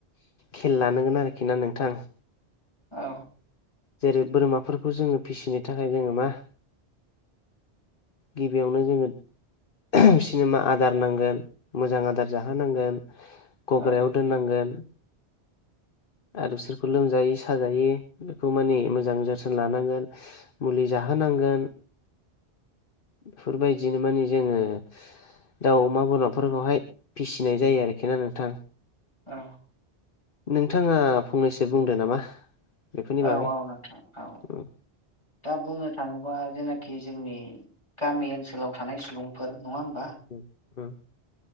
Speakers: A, on the left (about 55°); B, on the left (about 25°).
A: खेल लानांगोन आरोखि ना नोंथां।
B: औ।
A: जेरै बोरमाफोरखौ जोङो फिसिनो थाखाय जोङो मा गिबियावनो जोङो <unintelligible> बिसिनो मा आदार नांगोन मोजां आदार जाहोनांगोन गग्रायाव
B: औ
A: दोननांगोन आरो बिसोरखौ लोमजायो साजायो खौ माने मोजां जोथोन लानांगोन मुलि जाहोनांगोन बेफोरबायदिनो माने जोङो दाउ अमा बोरमाफोरखौहाय फिसिनाय जायो आरोखि ना नोंथां।
B: औ।
A: नोंथाङा फंनैसो बुंदो नामा? बेफोरनि
B: औ
A: बागै
B: औ नोंथां औ।
A: उम
B: दा बुंनो थाङो बा जेनाखि जोंनि गामि ओनसोलाव थानाय सुबुंफोर नङा होम
A: उम उम।